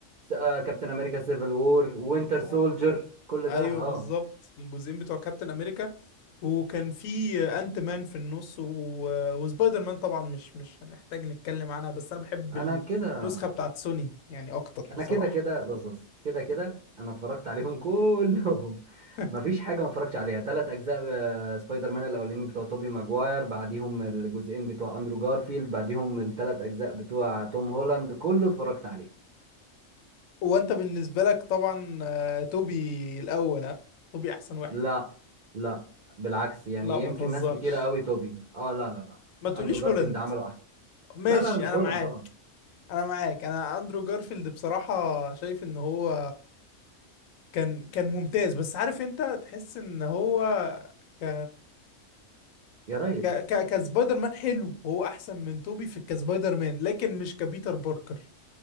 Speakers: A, on the right; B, on the left.
A: آه، كابتن أمريكا سيفل وور وينتر
B: اه
A: سولجر كل
B: ايوه
A: ده اه
B: بالظبط الجزئين بتوع كابتن امريكا وكان في انت مان في النص و... وسبايدر مان طبعا مش مش هنحتاج نتكلم عنها بس انا بحب
A: انا كده
B: النسخة بتاعت سوني يعني اكتر بصراحة
A: انا كده كده بص بص كده كده انا اتفرجت عليهم كلهم
B: <laughs>
A: <laughs> مفيش حاجه ما اتفرجتش عليها ثلاث اجزاء آه، سبايدر مان الاولانيين بتوع توبي ماجواير بعديهم الجزئين بتوع اندرو جارفيلد بعديهم الثلاث اجزاء بتوع توم هولاند كله اتفرجت عليه
B: وانت بالنسبة لك طبعا آه، توبي الاول ها توبي احسن واحد
A: لا لا بالعكس يعني
B: لا ما
A: يمكن
B: تهزرش
A: ناس كتيره قوي توبي اه لا لا لا, لا.
B: ما تقوليش
A: اندرو جارفيلد
B: هولاند
A: عمله احسن
B: ماشي
A: لا لا لا مش
B: انا
A: هولاند
B: معاك
A: طبعا
B: انا معاك انا اندرو جارفيلد بصراحة شايف ان هو كان كان ممتاز بس عارف انت تحس ان هو ك
A: يا ريس
B: ك ك كسبايدر مان حلو هو احسن من توبي في كسبايدر مان لكن مش كبيتر باركر